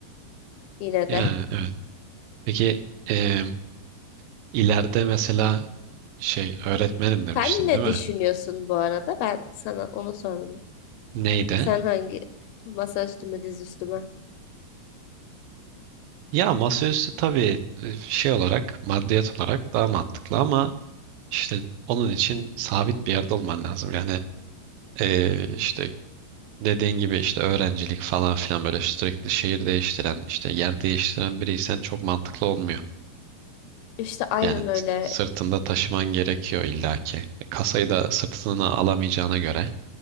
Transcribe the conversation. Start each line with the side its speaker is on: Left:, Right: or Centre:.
Left: yine
Right: Yani
Left: de.
Right: evet. Peki e, ileride mesela şey öğretmenim demiştin
Left: Sen ne
Right: değil mi?
Left: düşünüyorsun bu arada? Ben sana onu sormadım.
Right: Neydi?
Left: Sen hangi masa üstüme diz üstüme?
Right: Ya masaüstü tabii e, şey olarak maddiyat olarak daha mantıklı ama işte onun için sabit bir yerde olman lazım. Yani e, işte Dediğin gibi işte öğrencilik falan filan böyle sürekli şehir değiştiren işte yer değiştiren biriysen çok mantıklı olmuyor.
Left: İşte aynen
Right: Yani
Left: öyle.
Right: sırtında taşıman gerekiyor illaki. E, Kasayı da sırtına alamayacağına göre